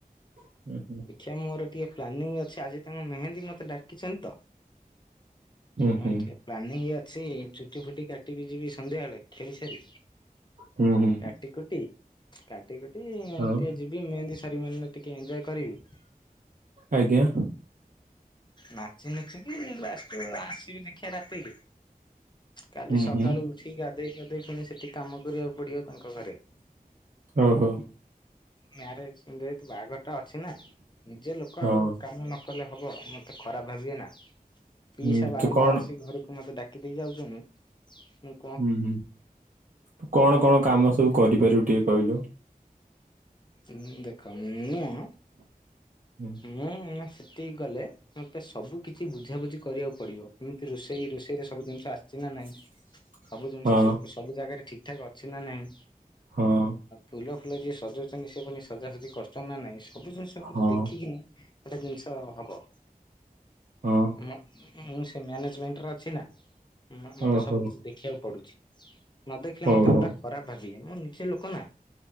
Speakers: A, on the right (about 60°); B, on the left (about 30°).
A: <inaudible>
B: ଏ ମୋର ଟିଏ ପ୍ଲାନିଂ ଅଛି ଆଜି ତାଙ୍କ ମେହେନ୍ଦୀ ମତେ ଡାକିଛନ୍ତି ତ।
A: ହୁଁ
B: ହଁ
A: ହୁଁ
B: ଟିଏ ପ୍ଲାନିଂ ଅଛି ଚୁଟି ଫୁଟି କାଟିବି ଯିବି ସନ୍ଧ୍ୟା ବେଳେ ଖେଳି ସାରି।
A: ହୁଁ ହୁଁ
B: କାଟ କୁଟି କାଟି କୁଟି ଟିକେ
A: ହଁ
B: ଯି ଦି ମେହେନ୍ଦି ସାରି <inaudible> ଟିକେ ଏଞୟ କରିବି।
A: ଆଜ୍ଞା।
B: ନାଚ ନୁଚିକି ଲାଷ୍ଟ ଆସିବି ଦେଖିଆ ରାତିକି। କାଲି
A: ହୁଁ
B: ସକାଳୁ
A: ହୁଁ
B: ଉଠିକି ଗାଧୋଇ ପାଧେଇ ପୁଣି ସେଠି କାମ କରିବାକୁ ପଡିବ। ତାଙ୍କ ଘରେ
A: ଓହୋ
B: ମାରେଜ ଯେହେତୁ ବାହାଘର ଟା ଅ ଅଛି ନା ନିଜେ ଲୋକ
A: ହଁ
B: ଆଉ କାମ ନ କଲେ ହବ ମତେ ଖରାପ ଭାବିବେ ନା? ପିଇସା
A: ହୁଁ,
B: ବାରମ୍ବାର
A: ତୁ କଣ
B: ଆସିିକି ଘରକୁ ମତେ ଡାକି ଦେଇ ଯାଉଚନ୍ତି ଉଁ।
A: ହୁଁ ହୁଁ କଣ କଣ କାମ ସବୁ କରିପାରିବୁ ଟିକେ କହିଲୁ?
B: ଉଁ ଦେଖ ଉଁ ଅ।
A: ହୁଁ
B: ମୁଁ ଉଁ ସେଟି ଗଲେ ମୋତେ ସବୁ କିିଛି ବୁଝାବୁଝି କରିବାକୁ ପଡିବ କେମିତି ରୋଷେଇ ରୋଷେଇରେ ସବୁ ଜିନିଷ ଆସିଛି ନା ନାହିଁ।
A: <unintelligible>
B: ସବୁ ଜିନିଷ
A: ହଁ
B: ସ ସବୁ ଜାଗାରେ ଠିକଠାକ ଅଛି ନା ନାଇଁ?
A: ହଁ।
B: ଫୁଲ ଫୁଲ ଯିଏ ସଜାଉଚନ୍ତି ସେ ପୁଣି ସଜାସଜି କରଚନ୍ତି ନା ନାଇଁ ସବୁ ଜିନିଷ
A: ହଁ
B: ଦେଖିକିନି। ଗୋଟେ ଜିନିଷ ହବ
A: ହଁ
B: ମା ମୁଁ ସେ ମ୍ୟାନେଜମେଣ୍ଟରେ ଅଛି ନା ମତେ
A: ଓହୋ
B: ସବୁ କିଛି ଦେଖିବାକୁ ପଡୁଛି। ନ ଦେଖିଲେ
A: ଓହୋ
B: ମତେ ଗୋଟା ଖରାପ ଭାବିବେ ମୋ ନିଜେ ଲୋକ ନା।